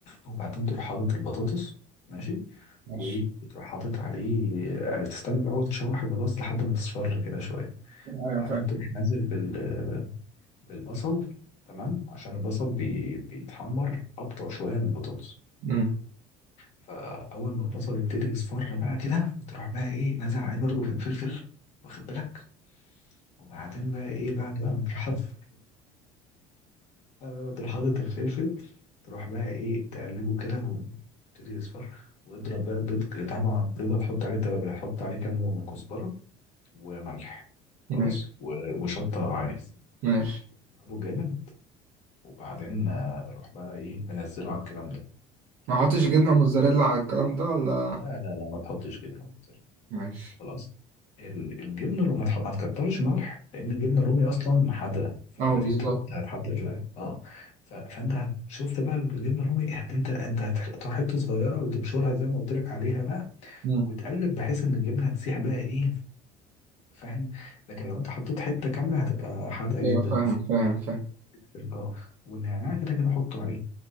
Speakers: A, on the left; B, on the right.
A: وبعدين تروح حاطط البطاطس ماشي
B: ماشي
A: وتروح حاطط عليه آه، تستنى الأول تشوح البطاطس لحد ما تصفر كده شوية
B: ايوه
A: وبعدين
B: فاهم
A: تروح نازل بال بالبصل تمام عشان البصل بي... بيتحمر أبطأ شوية من البطاطس
B: امم
A: فأول ما البصل يبتدي يصفر بقى كده تروح بقى إيه نازل عليه برضه في الفلفل واخد بالك وبعدين بقى إيه بعد بقى ما تروح حاطط <laughs> آه، تروح حاطط الفلفل تروح بقى إيه تقلبه كده ويبتدي يصفر واضرب بقى البيض طبعا البيض هتحط عليه توابل هتحط عليه كمون وكزبرة وملح خلاص
B: ماشي
A: و... وشطة لو عايز
B: ماشي
A: اضربه جامد وبعدين آه، روح بقى ايه منزله على الكلام ده
B: ما احطش جبنه موتزاريلا على الكلام ده ولا
A: لا لا لا ما تحطش جبنه موتزاريلا
B: ماشي
A: خلاص ال- الجبنه الرومي ما تح- ما تكترش ملح لان الجبنه الرومي اصلا حادقه فلما
B: اه بالظبط
A: تيجي تحط هتحدق شويه اه ف... فانت هت- شفت بقى الجبنه الرومي هت... انت انت هتحطها حته صغيره وتبشرها زي ما قلت لك عليها بقى
B: مم.
A: وتقلب بحيث ان الجبنه تسيح بقى ايه فاهم لكن لو انت حطيت حته كامله هتبقى حادقه
B: ايوه
A: جدا
B: فاهم
A: في
B: فاهم فاهم
A: في ال- اه والنعناع كده كده حطه عليه